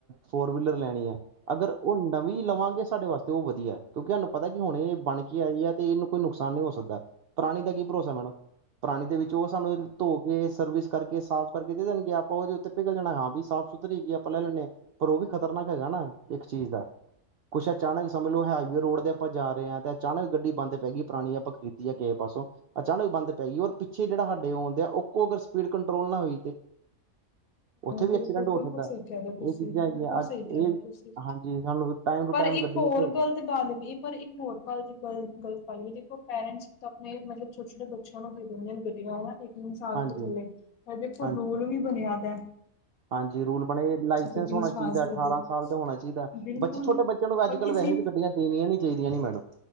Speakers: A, on the right; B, on the left.
A: ਫੋਰ ਵੀਲਰ ਲੈਣੀ ਆਂ ਅਗਰ ਉਹ ਨਵੀਂ ਲਵਾਂਗੇ ਸਾਡੇ ਵਾਸਤੇ ਉਹ ਵਧੀਆ ਕਿਉਂਕਿ ਹਾਨੂੰ ਪਤਾ ਕਿ ਹੁਣ ਇਹ ਬਣ ਕੇ ਆਈ ਹੈ, ਤੇ ਇਹਨੂੰ ਕੋਈ ਨੁਕਸਾਨ ਨਹੀ ਹੋ ਸਕਦਾ ਪੁਰਾਣੀ ਦਾ ਕੀ ਭਰੋਸਾ ਮੈਡਮ ਪੁਰਾਣੀ ਦੇ ਵਿੱਚ ਉਹ ਸਾਨੂੰ ਧੋ ਇਹ ਸਰਵਿਸ ਕਰਕੇ ਸਾਫ਼ ਕਰਕੇ ਦੇ ਦੇਣਗੇ ਆਪਾਂ ਉਹਦੇ ਉੱਤੇ ਪਿਘਲ ਜਾਣਾ ਹਾਂ ਵੀ ਸਾਫ਼ ਸੁਥਰੀ ਹੈਗੀ ਆ ਆਪਾਂ ਲੈ ਲੈਂਨੇ ਆਂ ਪਰ ਉਹ ਵੀ ਖ਼ਤਰਨਾਕ ਹੈਗਾ ਨਾ ਇੱਕ ਚੀਜ਼ ਦਾ ਕੁਛ ਅਚਾਨਕ ਸਮਝ ਲੋ ਹਾਈਵੇ ਰੋਡ ਦੇ ਆਪਾਂ ਜਾ ਰਹੇ ਹਾਂ ਤੇ ਅਚਾਨਕ ਗੱਡੀ ਬੰਦ ਪੈ ਗੀ ਪੁਰਾਣੀ ਆਪਾਂ ਖਰੀਦੀ ਆ ਕੇਹੇ ਪਾਸੋਂ ਅਚਾਨਕ ਬੰਦ ਪੈ ਗੀ ਔਰ ਪਿੱਛੇ ਜਿਹੜਾ ਹਾਡੇ ਆਉਣ ਡਆ ਉਹ ਕੋ ਅਗਰ ਸਪੀਡ ਕੰਟਰੋਲ ਨਾ ਹੋਈ ਤੇ ਉੱਥੇ ਵੀ
B: ਬਿਲਕੁਲ-ਬਿਲਕੁਲ
A: ਐਕਸੀਡੈਂਟ ਹੋ ਸਕਦਾ,
B: ਸਹੀ ਕਹਿ ਰਹੇ ਹੋ ਤੁਸੀਂ,
A: ਇਹ ਚੀਜ਼ਾਂ
B: ਬਿਲਕੁਲ
A: ਏਨੀਆਂ ਹੈਗੀਆਂ
B: ਸਹੀ
A: ਅੱਜ
B: ਕਹਿ
A: ਇਹ
B: ਰਹੇ ਹੋ ਤੁਸੀਂ।
A: ਹਾਂਜੀ ਸਾਨੂੰ ਟਾਈਮ ਟੂ
B: ਪਰ
A: ਟਾਈਮ
B: ਇੱਕ
A: ਗੱਡੀ
B: ਹੋਰ
A: ਉਤੇੇ
B: ਗ਼ਲਤ ਗੱਲ ਵੀ ਪਰ ਇੱਕ ਹੋਰ ਗੱਲ ਦੀ ਗਲਤ ਗੱਲੀ ਦੇਖੋ ਪੇਰੈਂਟਸ ਆਪਣੇ ਮਤਲਬ ਛੋਟੇ ਛੋਟੇ ਬੱ ਛ ਨੂੰ <unintelligible> ਦੇ ਦਿੰਦੇ ਗੱਡੀਆਂ ਹਨਾ, ਤੇ ਤਿੰਨ <unintelligible> ਸਾਲ
A: ਹਾਂਜੀ
B: ਤੋਂ ਥੱਲੇ ਦੇਖੋ
A: ਹਾਂਜੀ
B: ਰੂਲ ਵੀ ਬਣਿਆ ਵੈ
A: <inaudible> ਹਾਂਜੀ ਰੂਲ ਬਣੇ ਲਾਇਸੈਂਸ
B: ਗੱਡੀ
A: ਹੋਣਾ
B: ਨਹੀਂ ਚਲਾ
A: ਚਾਹੀਦਾ
B: ਸਕਦੇ,
A: ਅਠਾਰਾਂ ਸਾਲ ਦਾ ਹੋਣਾ ਚਾਹੀਦਾ
B: ਬਿਲਕੁਲ
A: ਬੱਚੇ ਛੋਟੇ ਬੱਚਿਆਂ ਨੂੰ ਵੀ ਅੱਜ
B: ਔਰ ਕਿਸੀ
A: ਕੱਲ ਵੈਹੇ ਵੀ ਗੱਡੀਆਂ ਦੇਣੀਆਂ ਨੀ ਚਾਹੀਦੀਆਂ ਨੇ ਮੈਡਮ